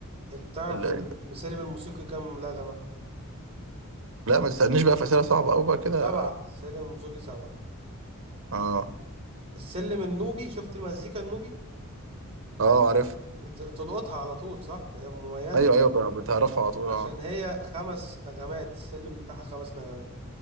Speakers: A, on the right; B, on the right.
A: ال- تعرف
B: ال...
A: ان
B: ال...
A: السلم الموسيقي كام نغمة
B: لا ما تسالنيش بقى في اسئله صعبه قوي بقى كده
A: سبعة السلم الموسيقي سبعة
B: اه
A: السلم النوبي شفت المزيكا النوبي
B: اه عارف
A: بت- تلقطها على طول صح هي مميزة
B: ايوه ايوه بقى بتعرفها على طول
A: عشان
B: اه
A: هي خمس نغمات السلم بتاعها خمس نغمات